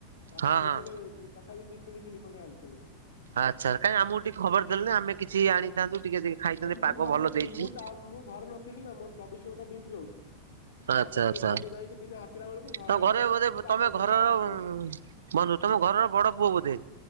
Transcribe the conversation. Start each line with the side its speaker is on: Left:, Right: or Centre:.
Left: ବାପା
Right: ହଁ
Left: ଆଣିଥିଲେ
Right: ହଁ।
Left: ତଥାପି ଦି ତିନି କିଲି ଖଣ୍ଡେ ଆଣିଥିଲେ।
Right: ଆଚ୍ଛା କାଇଁ ଆମକୁ ଟିକେ ଖବର ଦେଲନି ଆମେ କିଛି ଆଣିଥାନ୍ତୁ ଟିକେ ଟିକେ ଖାଇଥାନ୍ତେ
Left: ଏ ମୁଁ
Right: ପାଗ
Left: ଘରେ
Right: ଭଲ
Left: ନଥିଲି
Right: ଦେଇଛି।
Left: ମୁଁ ତା ମୁଁ ଘରେ ନଥିଲି ନା ମୋର ଚବିଶ ଘଣ୍ଟା ଡିଉଟି ରହୁଛି
Right: ଆଚ୍ଛା
Left: ତାପରେ
Right: ଆଚ୍ଛା
Left: ମୁଁ ଦିନେ ଯାଇକି ଦିନେ ଆସି ଆସିଲା ବେଳକୁ ଘରେ
Right: ତମ
Left: ଆଣି ମାଛ
Right: ବୋଧେ
Left: ଆଣିଲେ ବାପାଙ୍କୁ
Right: ତମେ
Left: ପଚାରି
Right: ଘରର
Left: ଲେ ବାପା କହିଲେ।
Right: ବନ୍ଧୁ ତମ ଘରର ବଡ ପୁଅ ବୋଧେ